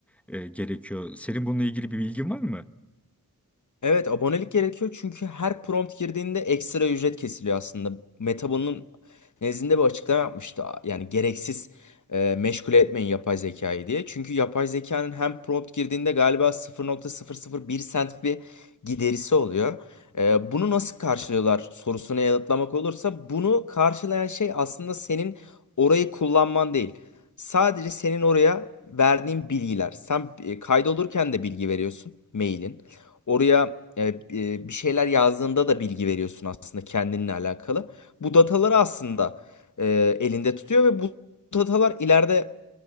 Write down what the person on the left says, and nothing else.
Evet abonelik gerekiyor çünkü her prompt girdiğinde ekstra ücret kesiliyor aslında. Meta bunun nezdinde bir açıklama yapmıştı. Yani gereksiz e, meşgul etmeyin yapay zekayı diye. Çünkü yapay zekanın hem prompt girdiğinde galiba 0.001 sent bir giderisi oluyor. E, bunu nasıl karşılıyorlar sorusuna yanıtlamak olursa bunu karşılayan şey aslında senin orayı kullanman değil. Sadece senin oraya verdiğin bilgiler. Sen e, kaydolurken de bilgi veriyorsun mailin. Oraya e, e, bir şeyler yazdığında da bilgi veriyorsun aslında kendinle alakalı. Bu dataları aslında e, elinde tutuyor ve bu datalar ileride